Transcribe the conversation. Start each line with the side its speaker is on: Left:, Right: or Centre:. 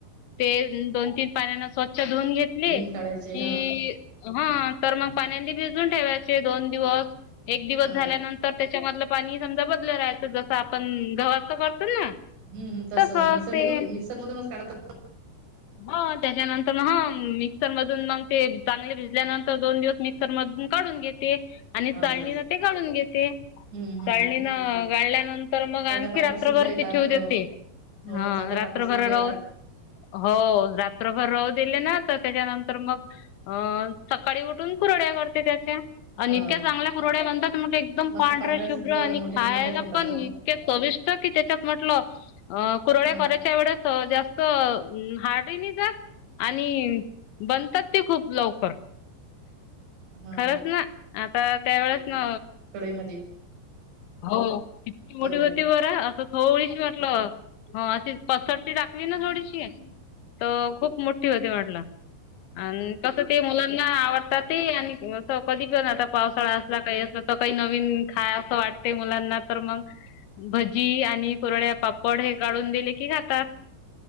Left: ते दोन-तीन पाण्या स्वच्छ धुऊन घेतले
Right: धुन काढायचे
Left: की
Right: हा हा
Left: हा तर मग पाण्यांनी भिजून ठेवायचे दोन दिवस एक दिवस
Right: हा
Left: झाल्यानं तर त्याच्यामधलं पाणी समजा बदल राहायचं जसं आपण गवचं करतो ना.
Right: ह्म्म हम् तसं
Left: तसच
Right: मिक्सर
Left: सेम
Right: मधून मिक्सर मधूनच काढतो.
Left: हा त्याच्यानंतर म हा मिक्सर मधून मग ते चांगले भिजल्यानंतर दोन दिवस मिक्सर मधून काढून घेते आणि
Right: असं
Left: चालणीन
Right: असं
Left: ते काढून घेते.
Right: हम्म हम्म
Left: चाळणी न गाळल्यानंतर मग
Right: सगळ्या
Left: आणखी
Right: पांढऱ्या
Left: रात्रभर
Right: शुभ्र येतात
Left: ते ठेव
Right: हो
Left: देते.
Right: हो
Left: हा
Right: सगळ्या
Left: रात्रभर
Right: पांढऱ्या शुभ्र
Left: राहु
Right: येतात
Left: हो रात्रभर राहू दिले ना तर त्याच्यानंतर मग अं सकाळी उठून कुरड्या करते त्याच्या. आणि
Right: हो
Left: इतक्या चांगल्या
Right: हो
Left: कुरड्या बनतात, मग एकदम
Right: मस्त
Left: पांढऱ्या शुभ्र आणि
Right: अन मोठ्याच्या
Left: खायला
Right: मोठ्याच होतात
Left: पण
Right: हो
Left: इतक्या चविष्ट की, त्याच्यात म्हटलं अ कुरड्या
Right: हो
Left: करायच्या
Right: ना
Left: एवढ्या <unintelligible> हार्ड ही नाही जात आणि बनतात ते खूप लवकर
Right: हा
Left: खरंच ना. आता त्यावेेळेस ना
Right: कढई मध्ये.
Left: हो, किती मोठी होती
Right: आहे ना
Left: बरं, असं थोडीशी म्हटलं अशी पसरती टाकली ना थोडीशी, तर खूप मोठी होती म्हटलं आणि कसं ते मुलांना आवडताते आणि कधी पण आता पावसाळा असला का <unintelligible> नवीन खाय असं वाट मुलांना तर मग भजी आणि कुरड्या, पापड हे काढून दिले की खातात.